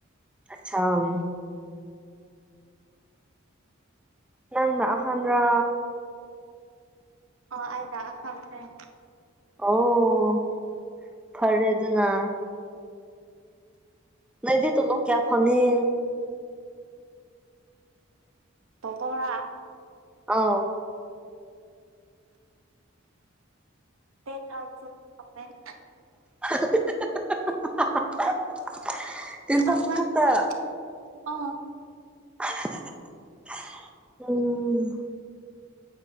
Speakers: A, in the centre; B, on the right.
A: ꯑꯆꯥꯥ ꯅꯪꯅ ꯑꯥꯍꯟ꯭ꯔ
B: <unintelligible>
A: ꯑꯣ ꯐꯔꯦ ꯑꯗꯨꯅ ꯅꯗꯤ ꯇꯂꯣ ꯀꯌꯥ ꯐꯪꯉꯤ
B: <unintelligible>
A: ꯑꯥꯎ
B: <unintelligible>
A: <unintelligible>
B: <unintelligible>
A: ꯈꯛꯇ
B: ꯑꯥ
A: <unintelligible>